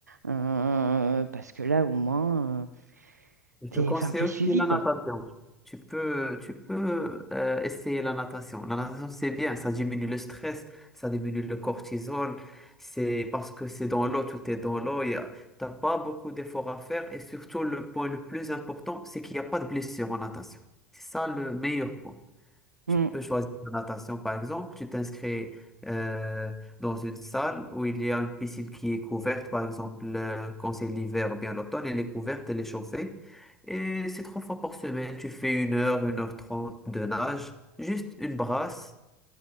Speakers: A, on the right; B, in the centre.
A: euh, parce que là, au moins, euh,
B: Je
A: t'es,
B: te conseille
A: enfin, t'es
B: aussi
A: suivi,
B: la
A: quoi.
B: natation. Tu peux, tu peux euh, essayer la natation. La natation, c'est bien. Ça diminue le stress, ça diminue le cortisol. C'est parce que c'est dans l'eau, tout est dans l'eau. Tu n'as pas beaucoup d'efforts à faire. Et surtout, le point le plus important, c'est qu'il n'y a pas de blessure en natation. C'est ça le meilleur point. Tu
A: Mm.
B: peux choisir la natation, par exemple. Tu t'inscris euh, dans une salle où il y a une piscine qui est couverte, par exemple, euh, quand c'est l'hiver ou bien l'automne, elle est couverte, elle est chauffée. Et c'est trois fois par semaine. Tu fais une heure, une heure trente de nage, juste une brasse.